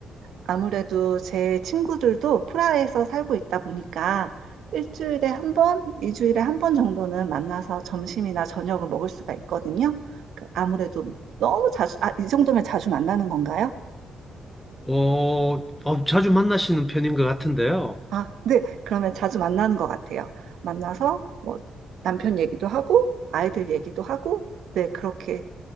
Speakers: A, on the right; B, in the centre.
A: 아무래도 제 친구들도 프라하에서 살고 있다 보니까 일주일에 한 번, 이주일에 한 번 정도는 만나서 점심이나 저녁을 먹을 수가 있거든요. 그 아무래도 너무 자주, 아, 이 정도면 자주 만나는 건가요?
B: 어, 어, 자주 만나시는 편인 것 같은데요.
A: 아, 네. 그러면 자주 만나는 것 같아요. 만나서 뭐 남편 얘기도 하고 아이들 얘기도 하고 네, 그렇게